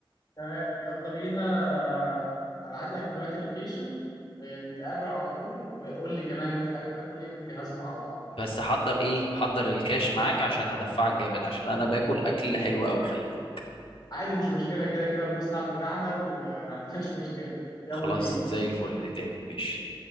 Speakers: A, on the left; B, on the left.
A: تمام يلا بينا هبعت لك دلوقتي اللوكيشن ونتقابل على طول وقول لي كمان انت حابب تاكل ايه ونجهزه مع بعض
B: بس حضر ايه حضر الكاش معاك عشان هدفعك جامد عشان انا باكل اكل حلو قوي خلي بالك
A: عادي مش مشكلة كده كده المصنع بتاعنا وما عندناش مشكلة يلا
B: خلاص
A: بينا
B: زي الفل نتقابل ماشي